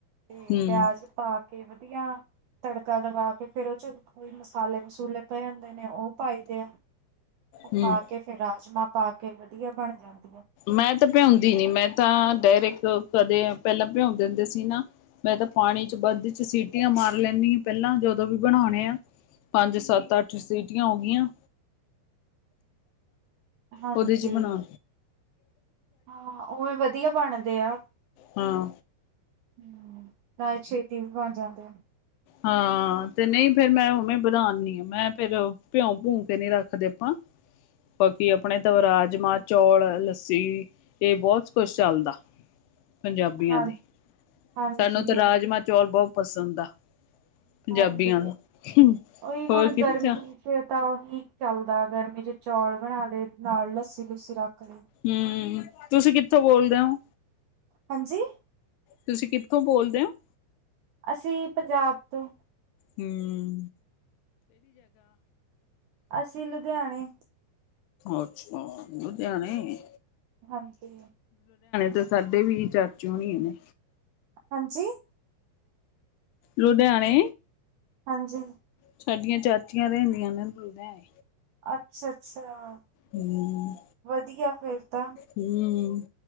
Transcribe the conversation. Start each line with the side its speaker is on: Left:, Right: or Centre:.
Right: ਤੇ
Left: ਹੂੰ
Right: ਪਿਆਜ ਪਾ ਕੇ ਵਧੀਆ ਤੜਕਾ ਦਵਾ ਕੇ ਫੇਰ ਉਹ ਚ ਕੋਈ ਮਸਾਲੇ ਮਸੂਲੇ ਪਏ ਜਾਂਦੇ ਨੇ ਉਹ ਪਾਈ ਦੇ ਆ। ਉਹ
Left: ਹੂੰ
Right: ਪਾ ਕੇ ਫੇਰ ਰਾਜਮਾਂ ਪਾ ਕੇ ਵਧੀਆ ਬਣ ਜਾਂਦਾ।
Left: ਮੈਂ ਤਾਂ ਭਿਆਉਂਦੀ ਨੀ ਮੈਂ ਤਾਂ ਡਾਇਰੈਕਟ ਕਦੇ ਪਹਿਲਾਂ ਭਿਆਉਂ ਦਿੰਦੇ ਸੀ ਨਾ ਮੈਂ ਤਾਂ ਪਾਣੀ ਚ ਵੱਧ ਸੀਟੀਆਂ ਮਾਰ ਲੈਂਦੀ ਹ ਪਹਿਲਾਂ ਜਦੋਂ ਵੀ ਬਣਾਉਣੇ ਆ ਪੰਜ ਸੱਤ ਅੱਠ ਸੀਟੀਆਂ ਹੋ ਗਈਆਂ
Right: ਹਾਂਜੀ
Left: ਉਹਦੇ ਚ ਬਣਾ
Right: ਹਾਂ ਉਹ ਵੀ ਵਧੀਆ ਬਣ ਅਤੇਿਆ
Left: ਹਾਂ
Right: ਹਮ ਤਾਂ ਛੇਤੀ ਵੀ ਬਣ ਜਾਂਦੇ ਆ
Left: ਹਾਂ ਤੇ ਨਹੀਂ ਫੇਿਰ ਮੈਂ ਉਵੇਂ ਵਧਾਉਂਦੀ ਆ ਮੈਂ ਫੇਿਰ ਭਿਉ ਭੂੰ ਕੇ ਨਹੀਂੀ ਰੱਖਦੇ ਆਪਾਂ ਬਾਕੀ ਆਪਣੇ ਤ ਰਾਜਮਾਂ ਚੌਲ ਲੱਸੀ ਇਹ ਬਹੁਤ ਕੁਛ ਚੱਲਦਾ ਪੰਜਾਬੀਆਂ
Right: ਹਾਂ
Left: ਦੇ
Right: ਹਾਂਜੀ
Left: ਸਾਨੂੰ ਤਾਂ
Right: ਉਹੀ
Left: ਰਾਜਮਾਂ ਚੌਲ ਬਹੁਤ ਪਸੰਦ ਆ ਪੰਜਾਬੀਆਂ
Right: ਹਾਂਜੀ
Left: ਦਾ
Right: ਉਹੀ
Left: ਹੋਰ
Right: ਹੁਣ
Left: ਕਿੱਥੇ
Right: ਗਰਮੀ ਚ ਤਾਂ ਉਹੀ ਚੱਲਦਾ ਗਰਮੀ ਮੇਰੇ ਚੌਲ ਬਣਾ ਲਏ ਨਾਲ ਲੱਸੀ ਲੁੱਸੀ ਰੱਖ ਲਈ
Left: ਹਮ ਤੁਸੀਂ ਕਿੱਥੋਂ ਬੋਲਦੇ ਹੋ
Right: ਹਾਂਜੀ
Left: ਤੁਸੀਂ ਕਿੱਥੋਂ ਬੋਲਦੇ ਹੋ
Right: ਅਸੀਂ ਪੰਜਾਬ ਤੋਂ
Left: ਹਮ
Right: ਅਸੀਂ ਲੁਧਿਆਣੇ
Left: ਅੱਛਾ ਉਹਨੂੰ ਤੇਿਆਣੇ
Right: ਹਾਂਜੀ
Left: ਤੇ ਸਾਡੇ ਵੀ ਚਾਚੀ ਹੋਣੀ ਇਹ ਨੇੇ
Right: ਹਾਂਜੀ
Left: ਲੁਧਿਆਣੇ
Right: ਹਾਂਜੀ
Left: ਸਾਡੀਆਂ ਚਾਚੀਆਂ ਰਹਿੰਦੀਆਂ ਨੇ ਬੋਲਦਾਏ
Right: ਅੱਛਾ ਅੱਛਾ
Left: ਹੂੰ,
Right: ਵਧੀਆ ਫੇਿਰ ਤਾਂ
Left: ਹੂੰ।